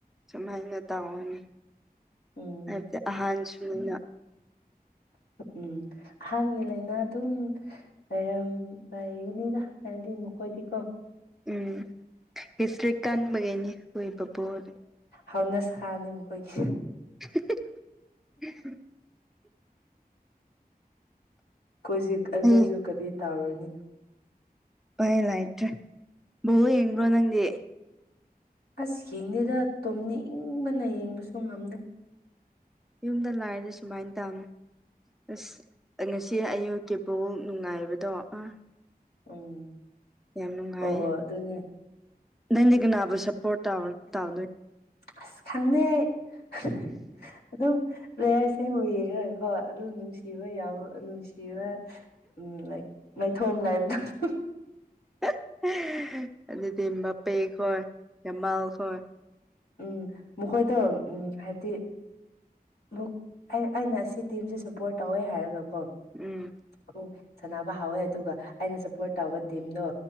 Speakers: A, in the centre; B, on the left (about 85°).
A: ꯁꯨꯃꯥꯏꯅ ꯇꯧꯔꯅꯤ
B: ꯎꯝ
A: ꯍꯥꯏꯕꯗꯤ ꯑꯍꯥꯟꯁꯨꯅꯤꯅ
B: ꯎꯝ ꯑꯍꯥꯡꯥꯟꯒꯤ ꯂꯩꯅꯥꯗꯨꯝ ꯂꯩꯔꯝ ꯂꯩꯒꯅꯤꯗ ꯍꯥꯢꯗꯤ ꯃꯈꯣꯏꯗꯤꯀꯣ
A: ꯎꯝ ꯍꯤꯁꯇ꯭ꯔꯤꯛ ꯀꯟꯕꯒꯤꯅꯤ ꯀꯣꯢ ꯄꯨꯄꯨꯗꯨ
B: ꯍꯥꯎꯅ ꯁꯥꯅꯦ ꯃꯈꯣꯏꯒꯤ
A: ꯍꯝꯍꯝꯍꯝ ꯍꯝꯍꯝ
B: ꯑꯩꯈꯣꯏꯖꯤ ꯑꯩꯈꯣꯏꯖꯨ
A: ꯑꯩ
B: ꯀꯔꯤ ꯇꯥꯎꯔꯅꯤ
A: ꯄꯥꯏꯂꯩꯇ꯭ꯔꯦ ꯕꯣꯜ ꯌꯦꯡꯕ꯭ꯔꯣ ꯅꯪꯗꯤ
B: ꯑꯁ ꯌꯦꯡꯗꯦꯗ ꯇꯨꯝꯅꯤꯡꯕꯅ ꯌꯦꯡꯕꯁꯨ ꯉꯝꯗꯦ
A: ꯌꯨꯝꯗ ꯂꯥꯏꯔꯗꯤ ꯁꯨꯃꯥꯏꯅ ꯇꯝ ꯑꯁ ꯉꯁꯤ ꯑꯌꯨꯛꯀꯤ ꯕꯣꯜ ꯅꯨꯡꯉꯥꯏꯕꯗꯣ ꯑ
B: ꯎꯝ
A: ꯌꯥꯝ ꯅꯨꯡꯉꯥꯏꯌꯦ
B: ꯑꯣ ꯑꯗꯨꯅꯦ
A: ꯅꯪꯗꯤ ꯀꯅꯥꯕꯨ ꯁꯞꯄꯣꯔꯠ ꯇꯥꯎ ꯇꯧꯗꯣꯏ
B: ꯑꯁ ꯈꯪꯗꯦ ꯑꯩ ꯍꯥ ꯑꯗꯨꯝ ꯄ꯭ꯂꯦꯌꯥꯔꯁꯤꯡꯕꯨ ꯌꯦꯡꯔꯒꯀꯣ ꯑꯗꯨꯝ ꯅꯨꯡꯁꯤꯕ ꯌꯥꯎꯕ ꯅꯨꯡꯁꯤꯕ ꯂꯥꯏꯛ ꯃꯥꯏꯊꯣꯡ ꯂꯩꯕꯗꯨ
A: ꯍꯝꯍꯝ ꯍꯥꯍꯥ ꯑꯗꯨꯗꯤ ꯃꯥꯞ ꯄꯦ ꯀꯣꯏ ꯌꯥꯝꯃꯜ ꯀꯣꯏ
B: ꯎꯝ ꯃꯈꯣꯏꯗꯣ ꯎꯝ ꯍꯥꯏꯕꯗꯤ ꯑꯃꯨꯛ ꯑꯩ ꯑꯩꯅ ꯁꯤ ꯇꯤꯝꯁꯦ ꯁꯞꯄꯣꯔꯠ ꯇꯧꯋꯦ ꯍꯥꯏꯔꯒ ꯀꯣ
A: ꯎꯝ
B: ꯑꯃꯨꯛ ꯁꯥꯟꯅꯕ ꯍꯧꯋꯦ ꯑꯗꯨꯒ ꯑꯩꯅ ꯁꯞꯄꯣꯔꯠ ꯇꯧꯕ ꯇꯤꯝꯗꯣ